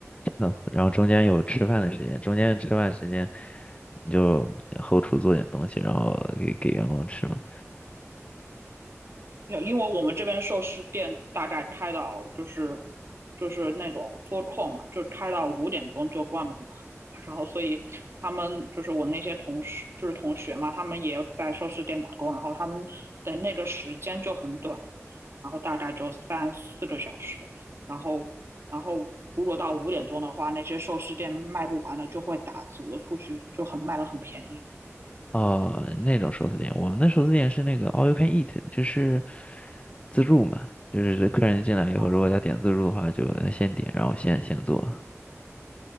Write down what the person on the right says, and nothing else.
因为因为我们这边寿司店大概开到就是就是那种 full call 嘛，就开到五点钟就关门了。<laughs> 然后所以他们就是我那些同事就是同学嘛，他们也在寿司店打工，然后他们的那个时间就很短，然后大概就三四个小时。然后然后如果到五点钟的话，那些寿司店卖不完的就会打折出去，就很卖的很便宜。
哦，